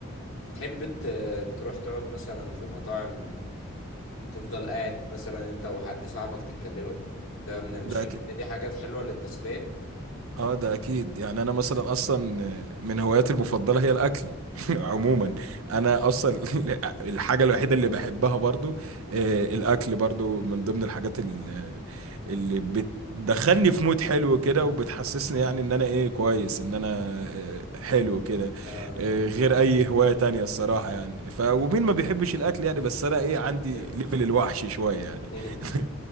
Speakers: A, on the left (about 70°); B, on the right (about 80°).
A: تحب ت- تروح تقعد مثلا في مطاعم وتفضل قاعد مثلا انت وحد صاحبك تتكلموا ده من ال...
B: ده
A: شايف ان دي حاجات حلوة للتسلية
B: اه ده اكيد يعني انا مثلا اصلا من هواياتي المفضله هي الاكل <laughs> عموما
A: اه
B: انا اصلا <laughs> الحاجه الوحيده اللي بحبها برضو آه، الاكل برضو من ضمن الحاجات ال- اللي بتدخلني في مود حلو كده وبتحسسني يعني ان انا ايه كويس ان انا آه، حلو كده
A: اه
B: آه، غير اي هوايه تانية الصراحه يعني ف ومين ما بيحبش الاكل يعني بس انا ايه عندي
A: كلنا
B: ليفل
A: بنحب
B: الوحش شويه يعني
A: <laughs>
B: <laughs>